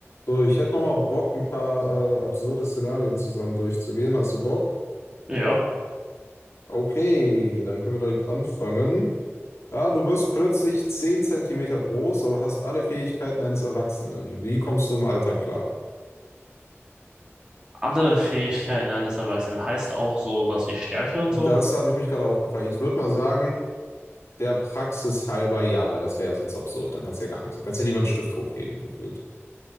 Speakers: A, on the left; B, on the right.
A: So, ich hätte nochmal Bock, ein paar äh, absurde Szenarien zusammen durchzugehen. Hast du Bock?
B: Ja.
A: Okay, dann können wir direkt anfangen. Ja, du wirst plötzlich 10 Zentimeter groß, aber hast alle Fähigkeiten eines Erwachsenen. Wie kommst du im Alter klar?
B: Andere Fähigkeiten eines Erwachsenen heißt auch sowas wie Stärke und
A: Das
B: so?
A: habe ich mich gerade auch gefragt. Ich würde mal sagen, der Praxis halber ja, weil das wäre ja sonst absurd. Dann kannst du ja gar nichts. Du kannst ja niemanden Stift hochheben, gefühlt.